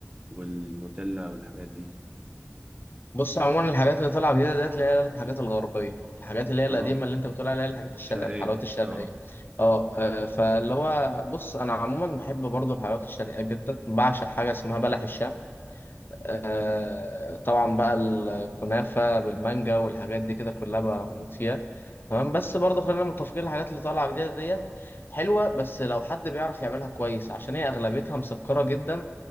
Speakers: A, on the right (about 25°); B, on the left (about 50°).
A: والنوتيلا والحاجات دي
B: بص عموما الحاجات اللي طالعه جديده ديت اللي هي الحاجات الغربيه الحاجات اللي هي القديمه
A: اه
B: اللي انت بتقول عليها الحاجات الشرقيه
A: شرقيه
B: الحلويات الشرقيه
A: اه
B: اه آه، فاللي هو بص انا عموما بحب برضو الحلويات الشرقيه جدا بعشق حاجه اسمها بلح الشام آه طبعا بقى الكنافه بالمانجا والحاجات دي كده كلها بموت فيها تمام بس برضه خلينا متفقين الحاجات اللي طالعه جديده ديت حلوه بس لو حد بيعرف يعملها كويس عشان هي اغلبيتها مسكره جدا